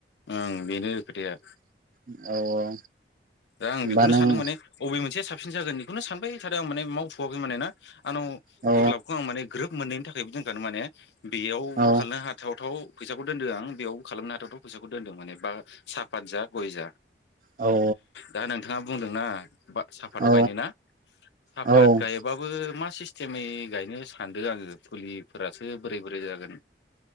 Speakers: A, on the left; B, on the right.
A: ओं बेनो खोथाया
B: <inaudible> औ औ
A: दा आं
B: होमबा
A: बेखौनो
B: नों
A: सानदों माने अबे मोनसे साब साबसिन जागोन बेखौनो सानबाय थादों आं माने मावथ'वै माने ना। आंनाव
B: औ
A: गुरलाबखौ आं माने ग्रोब मोनैनि थाखायबो दोनखादों माने बेयावबो
B: औ
A: खालामनो हाथाव थाव फैसाखौ दोन्दों आं बेयावबो खालामनो हाथावथ' फैसाखौ दोन्दों माने बा साफात जा गय जा।
B: औ
A: दा नोंथाङा। बुंदोंना। साफाताव
B: औ
A: गायनोना साफात
B: औ ओ
A: गायबाबो मा सिस टेमै गायनो सानदों आङो फुलिफोरासो बोरै बोरै जागोन।